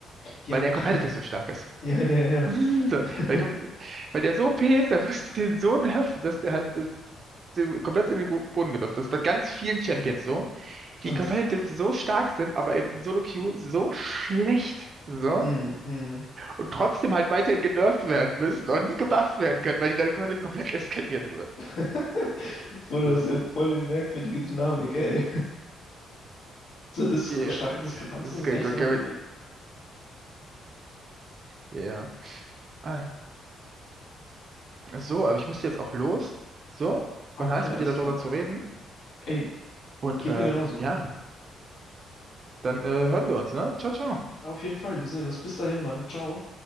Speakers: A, on the left (about 70°); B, on the right (about 45°).
A: Ja,
B: weil der im Competitive so stark
A: <laughs>
B: ist.
A: ja, ja, ja.
B: <laughs> So,
A: <laughs>
B: Weil, kommt, weil der so OP ist, der musste den so nerven, dass der halt das, so komplett in den Go- Boden gelaufen. ist. Das ist bei ganz vielen Champions so,
A: Krass.
B: die competitive so stark sind, aber im Solo-Queue so schlecht. So.
A: Hm, hm.
B: Und trotzdem halt weiterhin genervt werden müssen und nie gebufft werden können, weil die dann komplett, komplett eskalieren würden.
A: <laughs> Bruder,
B: So.
A: das ist ja voll die merkwürdige Dynamik, ey. So dis
B: Yeah.
A: starke Diskrepanzen
B: Das ist
A: sind
B: kein
A: echt
B: kein-
A: unangenehm.
B: kein- Ja, ja. Ah, so, aber ich muss jetzt auch los. So,
A: Oh. Ah,
B: war
A: okay,
B: nice
A: alles
B: mit dir
A: klar.
B: darüber zu reden.
A: Ey,
B: Und
A: geht
B: äh,
A: mir genauso.
B: ja, dann äh, hören wir uns, ne? Ciao, ciao.
A: Ja, auf jeden Fall. Wir sehen uns. Bis dahin, Mann. Ciao.